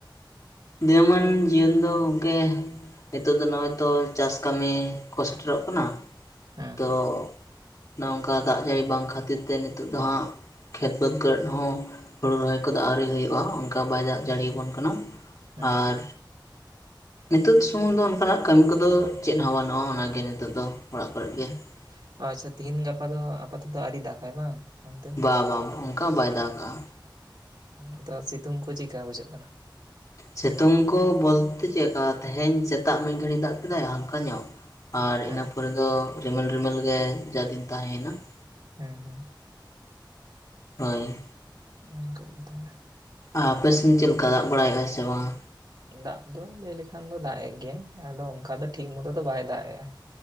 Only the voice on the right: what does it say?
ᱦᱮᱸ
ᱦᱮᱸ ᱦᱮᱸ
ᱦᱮᱸ
ᱟᱪᱪᱷᱟ ᱛᱤᱦᱤᱧ ᱜᱟᱯᱟ ᱫᱚ ᱟᱯᱟᱛᱚ ᱟᱹᱣᱨᱤ ᱫᱟᱠᱟᱭ ᱵᱟᱝ ᱚᱱᱛᱮ?
ᱟ ᱫᱚ ᱥᱤᱛᱩᱝ ᱠᱚ ᱪᱮᱠᱟ ᱵᱩᱡᱷᱟᱹᱜ ᱠᱟᱱᱟ?
ᱦᱮᱸ
ᱦᱩᱸ ᱦᱩᱸ ᱾
ᱚᱱᱠᱟ ᱜᱮ ᱛᱟᱦᱚᱞᱮ ᱾
ᱫᱟᱜ ᱫᱚ ᱞᱟᱹᱭ ᱞᱮᱠᱷᱟᱱ ᱫᱚ ᱫᱟᱜ ᱮ ᱜᱮᱭᱟᱭ ᱟᱫᱚ ᱚᱱᱠᱟ ᱫᱚ ᱴᱷᱤᱠ ᱢᱚᱛᱚ ᱫᱚ ᱵᱟᱭ ᱫᱟᱜ ᱮᱜᱼᱟ ᱾